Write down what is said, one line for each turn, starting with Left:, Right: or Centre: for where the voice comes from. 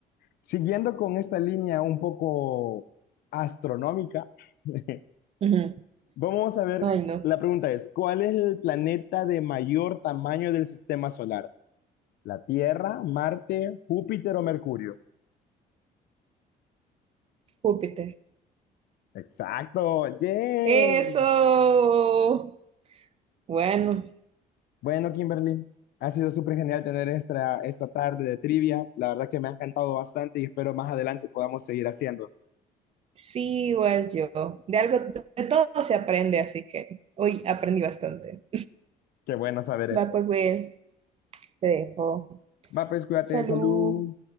Left: Siguiendo con esta línea un poco astronómica. <laughs>
Right: Ujú.
Left: Vamos a ver,
Right: Ay, no.
Left: la pregunta es, ¿cuál es el planeta de mayor tamaño del sistema solar? ¿La Tierra, Marte, Júpiter o Mercurio?
Right: Júpiter.
Left: Exacto, yay.
Right: Eso. Bueno,
Left: Bueno, Kimberly, ha sido súper genial tener esta, esta tarde de trivia. La verdad que me ha encantado bastante y espero más adelante podamos seguir haciendo.
Right: sí, igual yo. De algo, de todo se aprende, así que hoy aprendí bastante.
Left: Qué bueno saber eso.
Right: Va, pues, Will, te dejo.
Left: Va, pues cuídate,
Right: Salud.
Left: salud.